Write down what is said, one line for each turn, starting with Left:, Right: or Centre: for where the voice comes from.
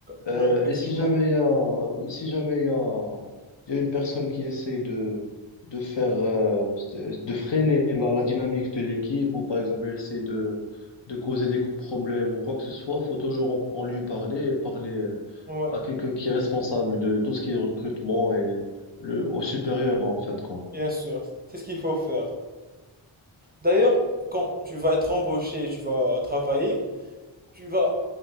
Right: Ouais,
Left: Euh,
Right: effectivement.
Left: et si jamais il y a, et si jamais il y a, il y a une personne qui essaie de, de faire, euh, de freiner la, la dynamique de l'équipe ou par exemple, elle essaie de, de causer des problèmes ou quoi que ce soit, faut toujours en, en lui parler et parler euh,
Right: Ouais,
Left: à quelqu'un qui est responsable de tout ce qui est recrutement et le, au supérieur en fin de compte.
Right: bien sûr. C'est ce qu'il faut faire. D'ailleurs, quand tu vas être embauché, tu vas travailler, tu vas